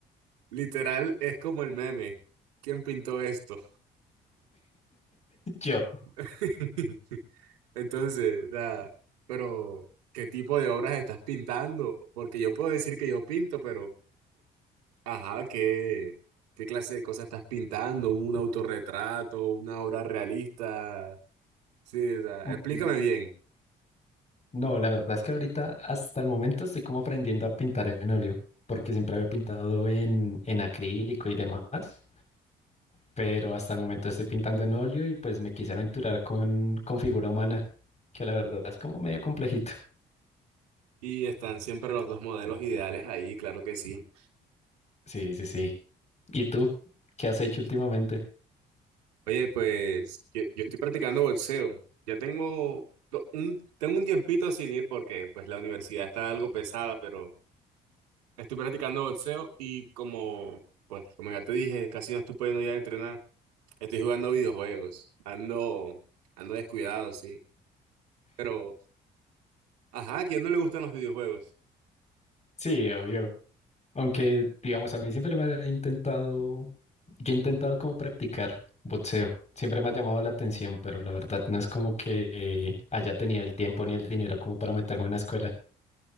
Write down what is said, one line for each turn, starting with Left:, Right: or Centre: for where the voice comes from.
Right: literal es como el meme. ¿Quién pintó esto?
Left: <laughs> Yo.
Right: <laughs> Entonces, o sea, pero ¿qué tipo de obras estás pintando? Porque yo puedo decir que yo pinto, pero Ajá, ¿qué, qué clase de cosas estás pintando? ¿Un autorretrato? ¿Una obra realista? Sí, o sea,
Left: Mm,
Right: explícame bien.
Left: No, la verdad es que ahorita, hasta el momento, estoy como aprendiendo a pintar en óleo, porque siempre había pintado en, en acrílico y demás, pero hasta el momento estoy pintando en óleo y pues me quise aventurar con, con figura humana, que la verdad es como medio complejito.
Right: Y están siempre los dos modelos ideales ahí, claro que sí.
Left: Sí, sí, sí. ¿Y tú? ¿Qué has hecho últimamente?
Right: Oye, pues yo, yo estoy practicando boxeo. Ya tengo lo- un, tengo un tiempito sin ir porque pues la universidad está algo pesada, pero estoy practicando boxeo y como, pues, como ya te dije, casi no estoy pudiendo ya entrenar. Estoy jugando videojuegos. Ando, ando descuidado, sí. Pero Ajá, ¿a quién no le gustan los videojuegos?
Left: Sí, obvio. Aunque, digamos, a mí siempre me ha intentado, yo he intentado como practicar boxeo. Siempre me ha llamado la atención, pero la verdad no es como que eh, haya tenido el tiempo ni el dinero como para meterme en una escuela.